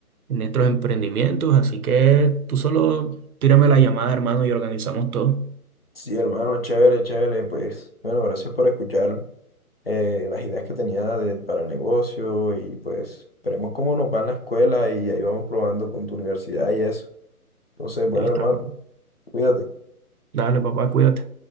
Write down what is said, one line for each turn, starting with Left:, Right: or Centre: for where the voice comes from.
Right: en nuestros emprendimientos, así que tú solo tírame la llamada, hermano, y organizamos todo.
Left: sí, hermano, chévere, chévere, pues bueno, gracias por escuchar eh, las ideas que tenía de- para el negocio y pues veremos cómo nos va en la escuela y ahí vamos probando con tu universidad y eso. Entonces,
Right: Listo,
Left: bueno, hermano,
Right: hermano.
Left: cuídate.
Right: Dale, papá, cuídate.